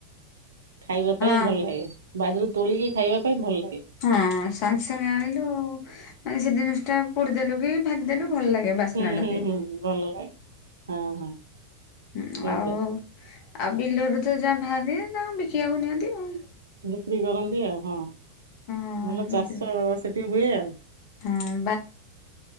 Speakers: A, on the right; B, on the left.
A: ଖାଇବା ପାଇଁ
B: ହଁ
A: ଭଲ ଲାଗେ ବାଡ଼ିରୁ ତୋଳିକି ଖାଇବା ପାଇଁ ଭଲ ଲାଗେ।
B: ହଁ ସାଙ୍ଗେ ସାଙ୍ଗ ଆଣିଲୁ ମାନେ ସେ ଜିନିଷ ଟା ପୋଡିଦେଲୁ କି ଭାଜିିଦେଲୁ ଭଲ ଲାଗେ ବାସ୍ନାଟା
A: ହୁଁ ହୁଁ
B: ଦିଏ।
A: ହୁଁ ଭଲ ଲାଗେ। ହଁ ହଁ।
B: ହୁଁ
A: ସେଇତ
B: ଆଉ ଆଉ ବିଲରୁ ତ ଯା ବାହାରେ ତାକୁ ବିକିବାକୁ ନିଅନ୍ତି ଆଉ।
A: ବିକ୍ରି କରନ୍ତି ଆଉ ହଁ।
B: ଆଉ
A: ଭଲ
B: ହଁ
A: ଚାଷ ସେଠିକି ହୁଏ ଆଉ।
B: ହଁ